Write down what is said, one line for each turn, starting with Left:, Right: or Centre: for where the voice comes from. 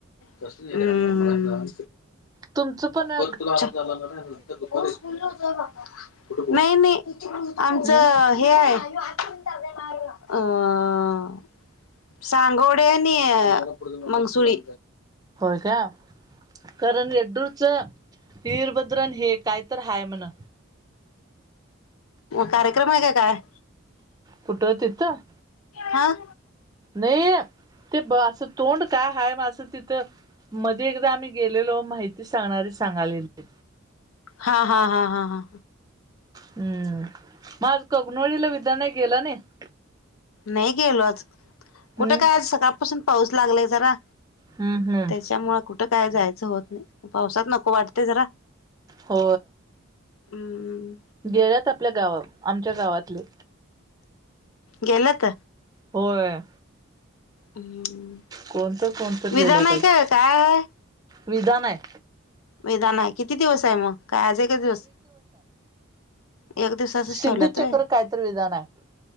Left: बऽ अमममम,
Right: तुमचं पणऽ
Left: करत झालाऽ नाही मी,, आमचऽ
Right: हम्म
Left: हेय,,, आय अंऽ सांगोवडे आणि मंगसुळी.
Right: होय का? कारण येड्डूरचज्ञभ्यऽ वीरभद्रन हे, काय तर हाय म्हण,
Left: कार्यक्रम आहे का काय?
Right: कुठं तिथं?
Left: हां,
Right: नाही,, ते ब असं तोंड काय हाय मां तिथंऽ मध्ये एकदा आम्ही गेलेलो माहिती सांगणारी सांगालेली
Left: हा हा हा हा हा
Right: हम्म म आज कगनोळीला विधानाय गेला नाही
Left: नाही गेलो आज कुठ
Right: हम्म
Left: काय आ सकाळपासून पाऊस लागलाय जरा
Right: हम्म हम्म
Left: त्यांच्यामुळ कुठं काय जायचं होत नाही पावसात नको वाटतय जरा
Right: हो
Left: हम्म
Right: गेल्यात आपल्या गाव आमच्या गावातले
Left: गेल्यात
Right: होय
Left: हम्
Right: कोणत कोणत
Left: विधानाय
Right: गेल्यात आज
Left: काय काय हाय
Right: विधान हाय
Left: विधान हाय किती दिवस आहे मग काय आज एकच दिवस एक दिवसाचच
Right: सिद्ध
Left: ठेवल्यात
Right: चक्र
Left: होय
Right: कायतर विधान आहे